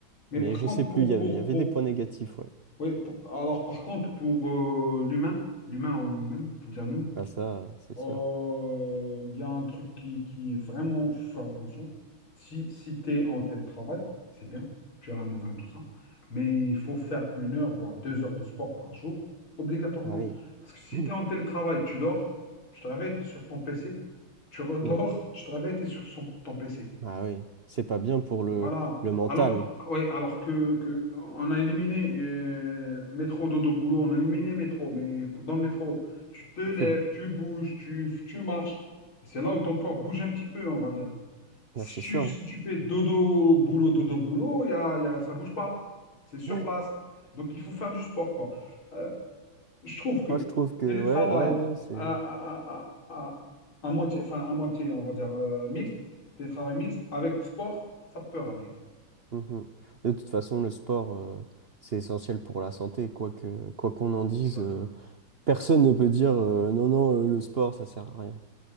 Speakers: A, on the left; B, on the right.
A: Mais
B: Mais
A: par
B: je
A: contre,
B: sais plus,
A: pour,
B: il y
A: pour,
B: avait, il y avait
A: pour,
B: des points négatifs, ouais.
A: oui, pour- alors par contre, pour euh, l'humain, l'humain en lui-même, c'est-à-dire nous,
B: Ah, ça, c'est
A: Euh,
B: sûr.
A: Il y a un truc qui, qui est vraiment, faut faire attention. Si, si tu es en télétravail, c'est bien, tu es à la maison et tout ça, mais il faut faire une heure, voire deux heures de sport par jour, obligatoirement.
B: Ah oui.
A: Parce que si
B: Mm.
A: tu es en télétravail, tu dors, tu te réveilles, tu es sur ton PC, tu redors,
B: Mm.
A: tu te réveilles, tu es sur son- ton PC.
B: Ah oui. C'est pas bien pour le,
A: Voilà.
B: le mental.
A: Alors, oui, alors que, que on a éliminé euh, métro, dodo, boulot, on a éliminé métro, mais dans le métro, tu te lèves,
B: <laughs>
A: tu bouges, tu, tu marches. C'est là où ton corps bouge un petit peu, on va dire. Si
B: Ah, c'est
A: tu,
B: sûr.
A: si tu fais dodo, boulot, dodo, boulot, y a, y a, ça bouge pas. C'est sur
B: hein.
A: place. Donc, il faut faire du sport, quoi. Euh, je trouve que
B: Moi, je trouve que,
A: télétravail
B: ouais, ouais, non, c'est.
A: à, à, à, à, à, à moitié, enfin, à moitié, on va dire euh, mixte, télétravail mixte avec sport, ça peut aller.
B: Mhm. De toute façon, le sport, euh, c'est essentiel pour la santé. Quoi que, quoi qu'on en dise,
A: D'accord.
B: euh, personne ne peut dire euh, non, non, euh, le sport, ça sert à rien.